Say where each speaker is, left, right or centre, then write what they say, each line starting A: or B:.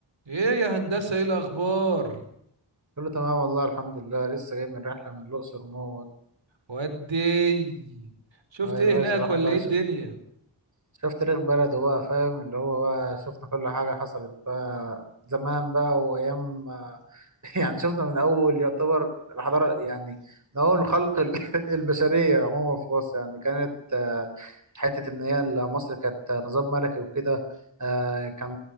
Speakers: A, on the right; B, on the right.
A: ايه يا هندسة ايه الاخبار
B: كله تمام والله الحمد لله لسه جاي من رحلة من الأقصر موت
A: ودي شفت
B: اه يا
A: ايه
B: باشا
A: هناك
B: الواحد
A: ولا
B: بقى
A: ايه الدنيا
B: شفت تاريخ بلده بقى فاهم اللي هو بقى شفنا كل حاجة حصلت بقى زمان بقى وأيام آه، <laughs> يعني شفنا من أول يعتبر الحضارة يعني من أول خلق ال- <laughs> البشرية عموما في مصر يعني كانت آه، حتة إن هي ال- مصر كانت نظام ملكي وكده آه، كان